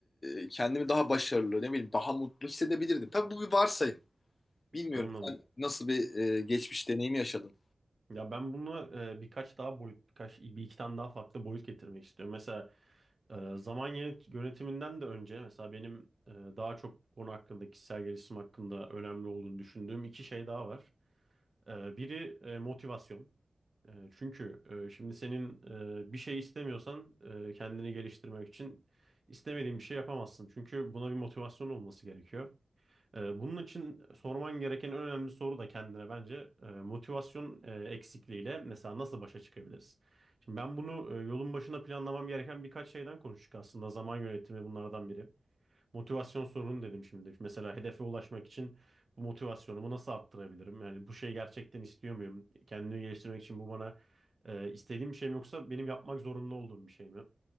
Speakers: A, on the left; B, on the right.
A: e, kendimi daha başarılı, ne bileyim daha mutlu hissedebilirdim. Tabii bu bir varsayım. Bilmiyorum
B: Anladım.
A: sen nasıl bir e, geçmiş deneyimi yaşadın.
B: Ya ben bunu e, birkaç daha boyut, birkaç bir iki tane daha farklı boyut getirmek istiyorum. Mesela e, zaman yönet- yönetiminden de önce mesela benim e, daha çok bu konu hakkında kişisel gelişim hakkında önemli olduğunu düşündüğüm iki şey daha var. Ee, biri e, motivasyon. E, çünkü e, şimdi senin e, bir şey istemiyorsan e, kendini geliştirmek için istemediğin bir şey yapamazsın. Çünkü buna bir motivasyon olması gerekiyor. E, bunun için sorman gereken en önemli soru da kendine bence e, motivasyon e, eksikliğiyle mesela nasıl başa çıkabiliriz? Şimdi ben bunu e, yolun başına planlamam gereken birkaç şeyden konuştuk aslında. Zaman yönetimi bunlardan biri. Motivasyon sorunu dedim şimdi. Mesela hedefe ulaşmak için bu motivasyonumu nasıl arttırabilirim? Yani bu şeyi gerçekten istiyor muyum? Kendimi geliştirmek için bu bana e, istediğim bir şey mi yoksa benim yapmak zorunda olduğum bir şey mi?